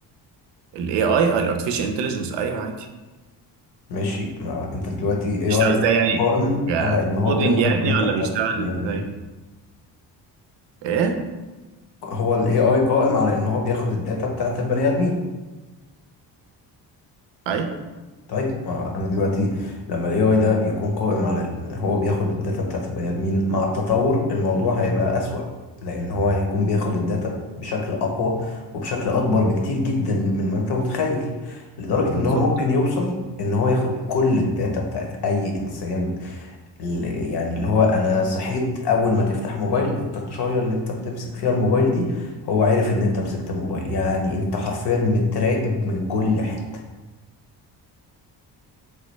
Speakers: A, on the right (about 80°); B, on the left (about 65°).
A: ال AI ال Artificial Intelligence أيوه عادي
B: ماشي ما انت دلوقتي اي
A: بيشتغل
B: اي
A: إزاي يعني
B: قائم على ان هو
A: كودينج
B: بياخد
A: يعني
B: الداتا
A: ولا
B: بتاعت
A: بيشتغل
B: البني
A: إزاي؟
B: ادمين
A: إيه؟
B: هو الاي اي قائم على ان هو بياخد الداتا بتاعت البني ادمين
A: أي
B: طيب ما انا دلوقتي لما الاي اي ده يكون قائم على ان هو بياخد الداتا بتاعت البني ادمين مع التطور الموضوع هيبقى اسوأ لان هو هيكون بياخد الداتا بشكل اقوى وبشكل اكبر بكتير جدا من ما انت متخيل لدرجة
A: بالظبط
B: ان هو ممكن يوصل ان هو ياخد كل الداتا بتاعت اي انسان ال- يعني اللي هو انا صحيت اول ما تفتح موبايل التاتشاية اللي انت بتمسك فيها الموبايل دي هو عارف ان انت مسكت الموبايل يعني انت حرفيا متراقب من كل حتة